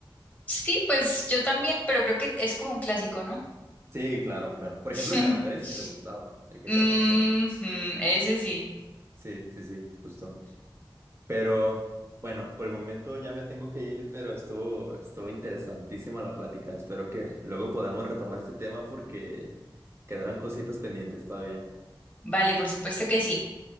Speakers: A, on the left (about 20°); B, on the right (about 30°).
A: Sí, pues yo también, pero creo que es como un clásico, ¿no?
B: Sí, claro, claro, por ejemplo,
A: <laughs>
B: el San Andrés sí me gustaba, el GTA
A: Ujú,
B: San Andrés,
A: ese sí.
B: sí, sí, sí, justo. Pero bueno, por el momento ya me tengo que ir, pero estuvo, estuvo interesantísima la plática. Espero que luego podamos retomar este tema porque quedaron cositas pendientes todavía.
A: Vale, por supuesto que sí.